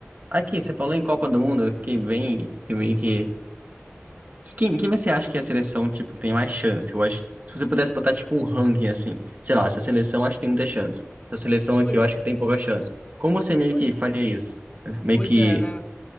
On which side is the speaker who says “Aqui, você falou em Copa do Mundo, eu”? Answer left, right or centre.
Right